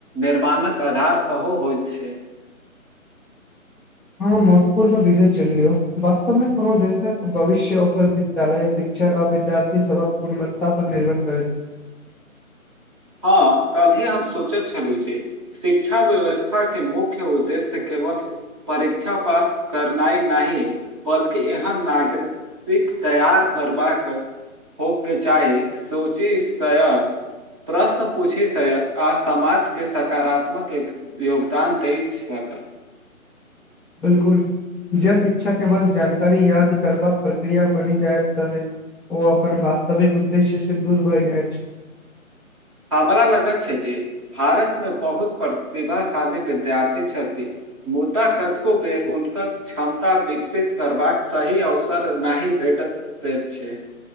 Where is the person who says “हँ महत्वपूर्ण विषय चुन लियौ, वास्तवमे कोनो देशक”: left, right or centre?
Centre